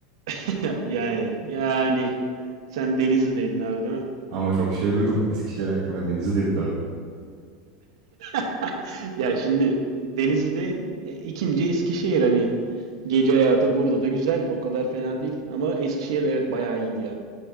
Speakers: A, on the right (about 80°); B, on the right (about 45°).
A: <laughs> Yani yani sen Denizli'deydin abi değil mi?
B: Ama çok şey duydum Eskişehir hakkında Deniz'i dedim tabii.
A: <laughs> Ya şimdi Denizli'de e, ikinci Eskişehir hani gece hayatı burada da güzel o kadar fena değil ama Eskişehir evet bayağı iyiydi ya.